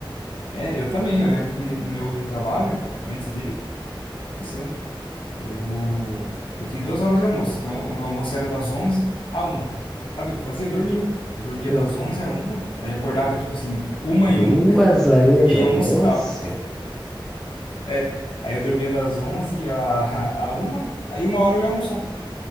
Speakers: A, on the left (about 70°); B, in the centre.
A: É, eu também. Eu lembro que no meu último trabalho, antes desse, né? Eu, eu tinha duas horas de almoço, então o meu almoço era das 11 à uma Sabe o que eu fazia? Eu dormia. Eu dormia
B: Hum,
A: das 11 à uma aí eu acordava
B: bom.
A: tipo assim, uma
B: Duas
A: e um
B: horinhas
A: e
B: de
A: aí
B: almoço?
A: eu almoçava. <laughs> É, aí eu dormia das 11 à, <laughs> à uma aí uma hora eu ia almoçar,